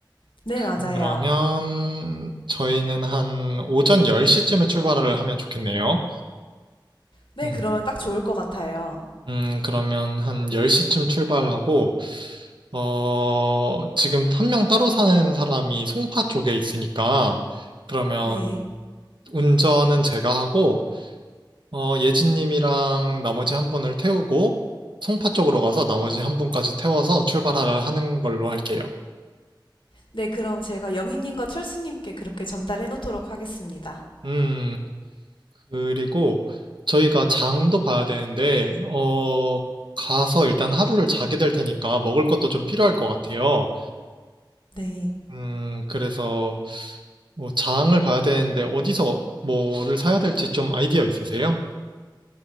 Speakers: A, on the left; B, on the right.
A: 네, 맞아요.
B: 그러면 저희는 한 오전 10시쯤에 출발을 하면 좋겠네요.
A: 네,
B: 음,
A: 그러면 딱 좋을 것 같아요.
B: 음, 그러면 한 10시쯤 출발하고, 어, 지금 한 명 따로 사는 사람이 송파 쪽에 있으니까, 그러면
A: 네.
B: 운전은 제가 하고, 어, 예진님이랑 나머지 한 분을 태우고 송파 쪽으로 가서 나머지 한 분까지 태워서 출발을 하는 걸로 할게요.
A: 네, 그럼 제가 영희님과 철수님께 그렇게 전달해 놓도록 하겠습니다.
B: 음, 그리고 저희가 장도 봐야 되는데, 어, 가서 일단 하루를 자게 될 테니까 먹을 것도 좀 필요할 것 같아요.
A: 네.
B: 음, 그래서 뭐 장을 봐야 되는데 어디서 뭐를 사야 될지 좀 아이디어 있으세요?